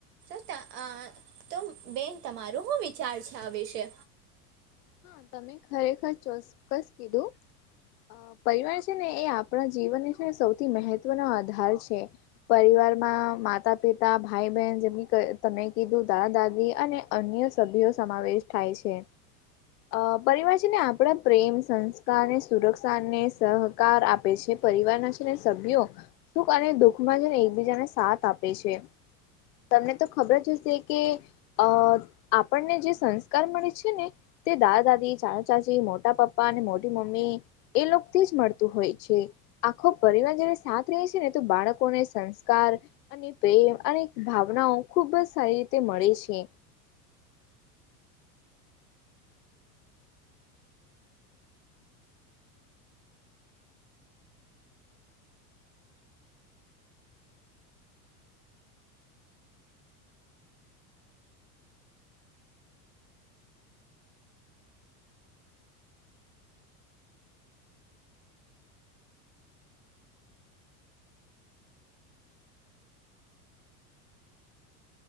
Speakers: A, on the right; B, on the left.
A: છતા આ તો બેન તમારોું શું વિચાર છે આ વિશે?
B: હા તમે ખરેખર ચોક્કસ કીધું. અ પરિવાર છે ને એ આપણા જીવન છે ને સૌથી મહત્વનો આધાર છે. પરિવારમાં માતા પિતા, ભાઈ બેહેન જેમ તમે કીધું દાદા દાદી અને અન્ય સભ્યો સમાવેશ થાય છે. અ પરિવાર છે ને આપણા પ્રેમ સં સ્કાર અને સુરક્ષાને સહકાર આપે છે પરિવારના છે ને સભ્યો સુખ અને દુઃખ માં છેને એકબીજાને સાથ આપે છે. તમને તો ખબર જ હશે કે અ આપણને જે સંસ્કાર મળે છે ને તે દાદા દાદી, ચાચ ચાચી, મોટા પપ્પા ને મોટી મમ્મી એ લોકો થી જ મળતું હોય છે. આખો પરિવાર જ્યારે સાથ રેહ છે ને તો બાળકોને સંસ્કાર અને પ્રેમ અને ભાવનાઓ ખુબ જ સારી રીતે મળે છે.